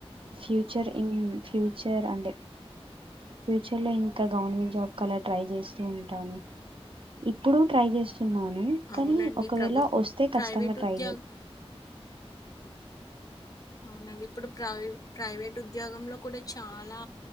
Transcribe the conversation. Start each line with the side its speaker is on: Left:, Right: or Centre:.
Right: ఫ్యూచర్ ఇన్ ఫ్యూచర్ అంటే ఫ్యూచర్ లో ఇంకా గవర్నమెంట్ జాబ్ కలా ట్రై చేస్తూ ఉంటాను. ఇప్పుడు ట్రై చేస్ తున్నాను. కానీ
Left: అవునండి.
Right: ఒకవేళ
Left: ప్రభుత్
Right: వస్తే కచ్చితంగా
Left: ప్రైవేట్
Right: ట్రై
Left: ఉద్యోగ
Right: ఏ
Left: అవునండి ఇప్పుడు ప్రై ప్రైవేట్ ఉద్యోగంలో కూడా చాలా